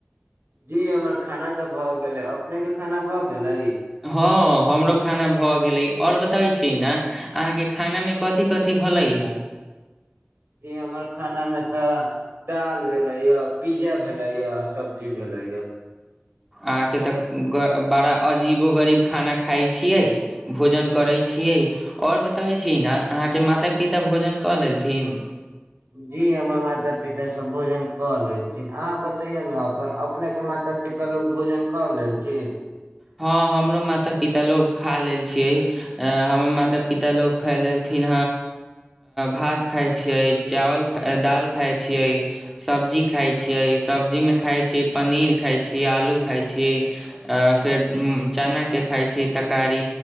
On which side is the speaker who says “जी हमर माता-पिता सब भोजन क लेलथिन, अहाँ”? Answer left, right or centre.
Right